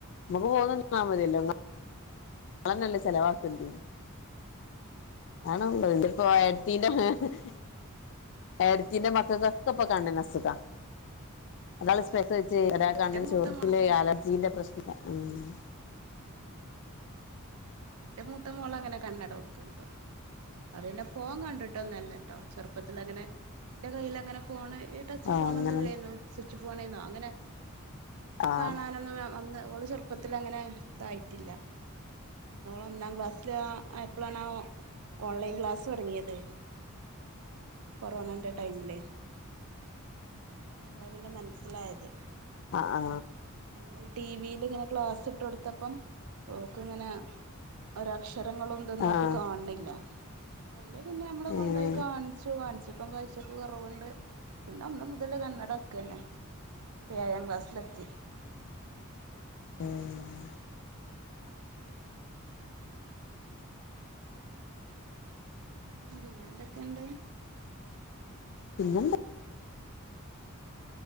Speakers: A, on the left (about 55°); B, on the right (about 80°).
A: നമുക്ക് പോന്ന് തി ന്നാമ തില്ലോന്ന വള നല്ല ചെിലവാക്കണ്ട ആണള്ള ഇപ്പൊീന്റെ <unintelligible> എടത്തിന്റെ മക്ക ക്കപ്പൊ കണ്ണിനു അ സുഖ അതാ ണ് സ്പെൻഡ്‌ ഇത
B: എന്റെ
A: കണ്ണും
B: മൂത്ത
A: ചോറുക്ക
B: മോളങ്ങനെ
A: അലർജിന്റെ പ്രശ്നില്ല ഉ <unintelligible>
B: എന്റെ മൂത്ത മോള അങ്ങനെ കണ്ണട വെക്കണ്ട് അത് പിന്നെ ഫോൺ കണ്ടിട്ടൊന്നല്ല. കേട്ടോ ചെറുപ്പത്തിൽ അങ്ങനെ എന്റെ കൈൽ അങ്ങനെ ഫോൺ ഈ ട്ട ച്ച്
A: ഉം ആഹ്
B: ഫോൺ
A: അങ്ങനെ
B: ഒന്നും ഇല്ലയി ന്നു. സ്വിച്ച് ഫോണിൽന്നോ അങ്ങനെ
A: ആഹ്
B: കാണാനൊന്ന അന്ന് ഓള് ചെറുപ്പത്തിൽ അങ്ങനെ ഇതായിട്ടില്ല. ഒന്നാം ക്ലാസ്സില് ആയപ്പോഴാണ് ഓൺലൈൻ ക്ലാസ് തുടങ്ങിയത്. കൊറോണന്റെ ടൈമില്. അപ്പളാ പിന്നെ മനസ്സിലായത്.
A: ആ ആ
B: നമ്മള്ഈ ടി വിൽ ഇങ്ങനെ ക്ലാസ്സ് ഇട്ട് കൊടുത്തപ്പം ഓക്കും ഇങ്ങനെ ഒര അക്ഷരങ്ങളൊന്തും ഓ
A: ആഹ്
B: ക്ക് കാണണില്ല. അയിൽ പിന്നെ ഞമ്മൾകൊണ്ടുപോയി
A: ഏഹ്
B: കാണിച്ചു കാണിച്ചു ഇപ്പം കാഴിച്ചൊക്കെ കുറവുണ്ട് പിന്നെ ഒന്നു മുതല് കണ്ണട വെയ്ക്കന്നെ. ഇപ്പോൾ എയ്യാ ക്ലാസ്സിലെത്തി.
A: ഉം.
B: പിന്നെ എന്തൊക്കെയുണ്ട്?
A: പിന്നെ എ ന്താ?